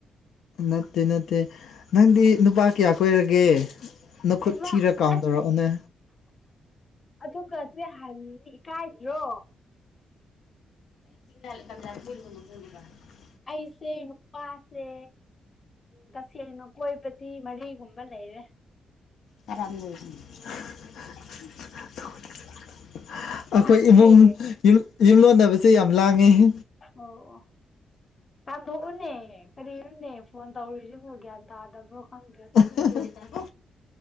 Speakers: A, on the left (about 80°); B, on the left (about 30°).
A: ꯅꯠꯇꯦ ꯅꯠꯇꯦ ꯅꯪꯗꯤ ꯅꯨꯄꯥ ꯀꯌꯥ ꯀꯣꯏꯔꯒꯦ ꯅꯈꯨꯠ
B: ꯑꯩꯃ
A: ꯊꯤꯔꯛ ꯀꯥꯎꯟ
B: ꯑꯁ
A: ꯇꯧꯔꯛꯑꯣꯅꯦ
B: ꯑꯗꯨꯒꯁꯦ ꯍꯥꯏꯅꯤꯡꯗꯦ ꯏꯀꯥꯏꯗ꯭ꯔꯣ
A: <unintelligible>
B: ꯑꯩꯁꯦ ꯅꯨꯄꯥꯁꯦ ꯇꯥꯁꯦꯡꯅ ꯀꯣꯏꯕꯗꯤ ꯃꯔꯤꯒꯨꯝꯕ ꯂꯩꯔꯦ
A: <unintelligible> ꯑꯈꯣꯏ
B: ꯅꯪꯗꯤ
A: ꯏꯃꯨꯡ ꯌꯨꯝꯂꯣꯟꯅꯕꯁꯦ ꯌꯥꯝ ꯂꯥꯡꯉꯦꯍꯦ
B: ꯑꯣ ꯑꯣ ꯇꯥꯟꯗꯣꯛꯑꯣꯅꯦ ꯀꯔꯤꯅꯣꯅꯦ ꯐꯣꯟ ꯇꯧꯔꯤꯁꯤꯕꯨ ꯒ꯭ꯌꯥꯟ ꯇꯥꯗꯕ꯭ꯔꯣ ꯈꯪꯗ꯭ꯔꯦ
A: <unintelligible>